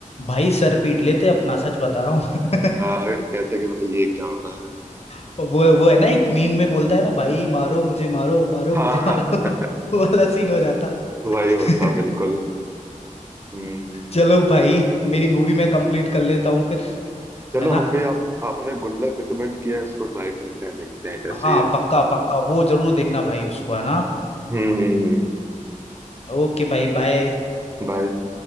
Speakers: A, on the left; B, on the right.
A: भाई सर पीट लेते अपना सच बता रहा हूँ
B: आ, कहते कि भाई ये क्या हो रहा है
A: <laughs> वो वो है ना एक मीम में बोलता है ना भाई मारो मुझे मारो मारो
B: हाँ
A: मुझे
B: हाँ
A: मारो <laughs> वो वाला सीन हो जाता
B: <laughs> वही
A: <laughs>
B: होता बिल्कुल हम्म
A: चलो भाई मेरी मूवी मैं कंप्लीट कर लेता हूँ फिर
B: चलो
A: है ना
B: हम भी आप आपने गुल्लक रिकमेंड किया है, इसको ट्राई करते हैं देखते हैं कैसे
A: हाँ पक्का पक्का वो जरूर देखना भाई उसको है ना
B: हम्म हम्म, हम्म।
A: ओके भाई बाय
B: भाई